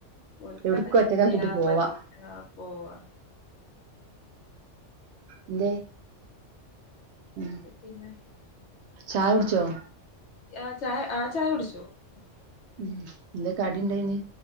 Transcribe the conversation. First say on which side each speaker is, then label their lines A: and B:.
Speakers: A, on the left; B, on the right.
A: ഉൽക്കട
B: എവിടക്കും
A: കിട്ടിയാ
B: ഒറ്റക്കാക്കിട്ട് പോവാ
A: മതി ആ പോവാ
B: എന്തെ ഉം
A: പിന്നെ
B: ചായ
A: പിന്നെ
B: കുടിച്ചോ
A: ആഹ് ചായ ആഹ് ചായ കുടിച്ചു ഉം
B: മ് എന്ത് കടി ഇണ്ടായി